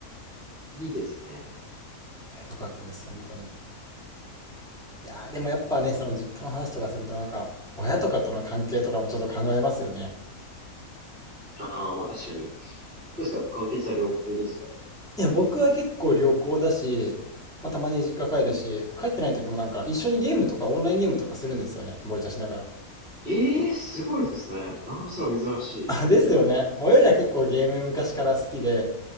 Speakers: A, on the right; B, in the centre.
A: いいですね。
B: いや、良かったです、本当に。いやー、でもやっぱね、その実家の話とかするとなんか、親とかとの関係とかもちょっと考えますよね。
A: ああ、まあ確かに。どうですか関係性は良好ですか
B: いや、僕は結構良好だし、まあ、たまに実家帰るし、
A: うんうん。
B: 帰ってない時もなんか一緒にゲームとかオンラインゲームとかするんですよね、ボイチャしながら。
A: ええー、すごいですね。なかなかそれは珍しいイメージ。
B: あ、ですよね。親が結構ゲーム昔から好きで、